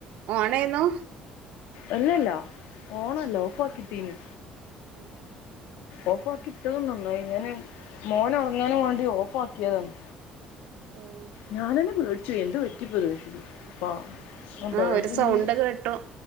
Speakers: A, on the right; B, on the left.
A: ഓണെരുന്നൊ
B: അല്ലല്ല ഓണല്ല ഓഫാക്കിട്ടീന്.
A: ഉം.
B: ഓഫാക്കിട്ടതും നന്നായി ഞാന് മോനൊർങ്ങാന് മാണ്ടി ഓഫാക്കിയതാണ്.
A: ആഹ്
B: ഞാനന്നെ പേട്ച്ചോയി എന്ത്പ്പറ്റിപ്പത് ബ അ ബൾബ്ഞ്
A: ആഹ് ഒരു സൗണ്ട് കേട്ടു